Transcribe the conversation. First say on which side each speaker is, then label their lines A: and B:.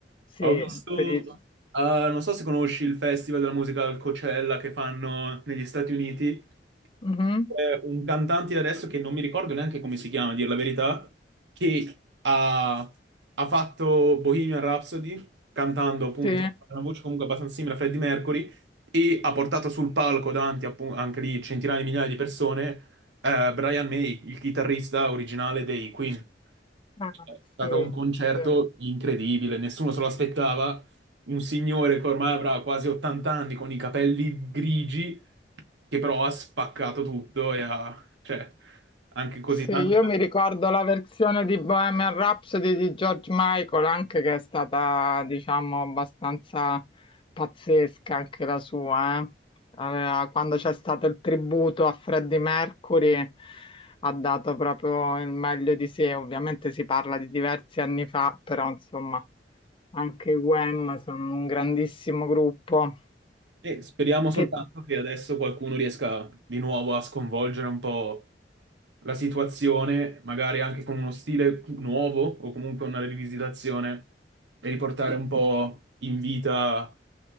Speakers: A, on the left; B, on the right.
A: sì,
B: Ho visto,
A: per i...
B: eh, non so se conosci il Festival della musica al Coachella che fanno negli Stati Uniti.
A: Mhm,
B: C'è un cantante di adesso che non mi ricordo neanche come si chiama, a dir la verità, che ha, ha fatto Bohemian Rhapsody, cantando appunto
A: sì.
B: una voce comunque abbastanza simile a Freddie Mercury, e ha portato sul palco davanti appu- anche lì centinaia di migliaia di persone, eh, Brian May, il chitarrista originale dei Queen.
A: Ah,
B: È
A: sì,
B: stato un concerto
A: sì.
B: incredibile, nessuno se lo aspettava. Un signore che ormai avrà quasi 80 anni con i capelli grigi, che però ha spaccato tutto e ha, cioè, anche così
A: Sì,
B: tanto.
A: io mi ricordo la versione di Bohemian Rhapsody di George Michael, anche che è stata, diciamo, abbastanza pazzesca anche la sua, eh. Aveva- quando c'è stato il tributo a Freddie Mercury, ha dato proprio il meglio di sé. Ovviamente si parla di diversi anni fa, però insomma, anche i Wham sono un grandissimo gruppo
B: E speriamo soltanto
A: che
B: che adesso qualcuno riesca di nuovo a sconvolgere un po' la situazione, magari anche con uno stile nuovo o comunque una rivisitazione e riportare un po' in vita